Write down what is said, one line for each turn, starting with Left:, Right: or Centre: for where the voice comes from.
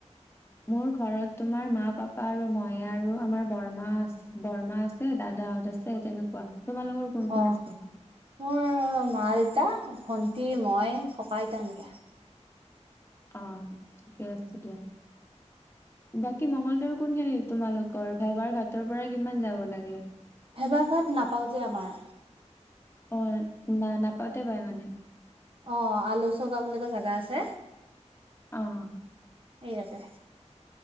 Left: মোৰ ঘৰত তোমাৰ মা পাপা আৰু ময়ে আৰু আমাৰ বৰমা আছে। বৰ্মা আছে দাদাহত আছে তেনেকুৱা তোমালোকৰ, কোন
Right: অঁ
Left: কোন আছে
Right: মোৰ মা দেতা ভণ্টি মই ককা আইতা এনেকা।
Left: অঁ ঠিকে আছে দিয়া। বাকী মঙ্গগলদৈৰ কোন খিনিত তোমালোকৰ ভেবাৰ ঘাটৰ পৰা কিমান যাব লাগে।
Right: ভেবাঘাত নাপাওঁতে আমাৰ।
Left: অ না নাপাওঁতে পায় মানে।
Right: অঁ আলৌ চৌকা বুলি এটা জাগা আছে।
Left: অঁ।
Right: এই ৰাতে।